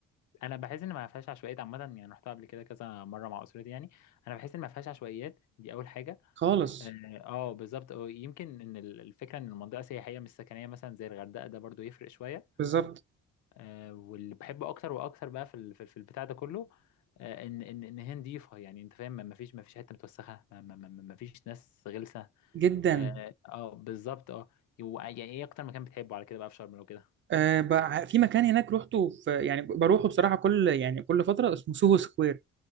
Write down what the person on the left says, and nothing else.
انا بحس ان ما فيهاش عشوائيات عامه يعني رحتها قبل كده كذا مره مع اسرتي يعني انا بحس ان ما فيهاش عشوائيات دي اول حاجه
اه آه، بالظبط أو يمكن ان ال- الفكره ان المنطقه سياحيه مش سكنيه مثلا زي الغردقه ده برضو يفرق شويه
اه واللي بحبه اكتر واكتر بقى في ال- في في البتاع ده كله آه، ان ان ان هي نضيفه يعني انت فاهم ما ما فيش ما فيش حته متوسخه ما ما ما ما- ما فيش ناس غلسه
اه آه، بالظبط اه و- يعني ايه اكتر مكان بتحبه على كده بقى في شرم لو كده